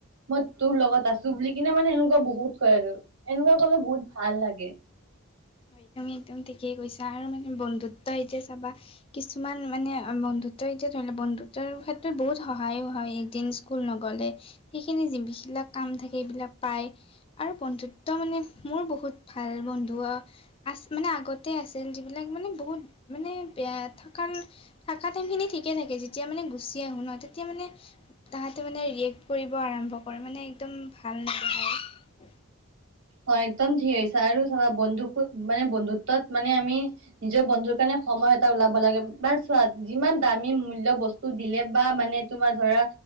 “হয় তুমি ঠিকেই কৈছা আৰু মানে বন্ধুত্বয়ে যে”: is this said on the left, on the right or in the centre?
Left